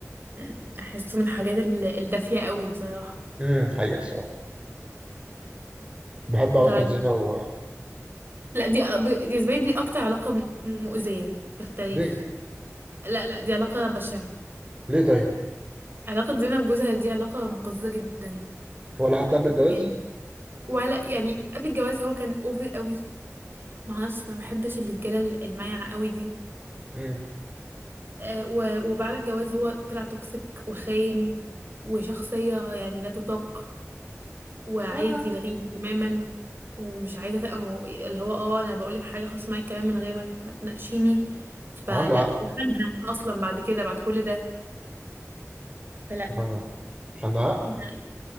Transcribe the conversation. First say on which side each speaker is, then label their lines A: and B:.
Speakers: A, on the right; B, on the right.
A: مم. احسه من الحاجات ال- الدافية قوي بصراحة
B: امم حقيقة الصراحة بحب علاقة
A: طيب
B: زينة و
A: لا دي أ- ب- بالنسبة لي دي اكتر علاقة م- مؤذية في التاريخ
B: ليه؟
A: لا لا دي علاقة بشعة
B: ليه طيب؟
A: علاقة زينب بجوزها دي علاقة مقززة جدا
B: ولا حتى قبل الجواز؟
A: يعني ولا يعني قبل الجواز هو كان اوفر قوي معرفش ما بحبش الرجالة المايعة قوي دي
B: امم
A: آه، و- وبعد الجواز هو طلع توكسيك وخاين وشخصية يعني لا تطاق وعايز
B: آه.
A: يلغيها تماما ومش عايزة تبقى مو- اللي هو اه انا بقولك حاجة خلاص معايا الكلام من غير ما ت- ما تناقشيني فلا
B: عنده حق
A: وخانها اصلا بعد كده بعد كل ده فلا
B: آه. مش عنده حق؟
A: لا.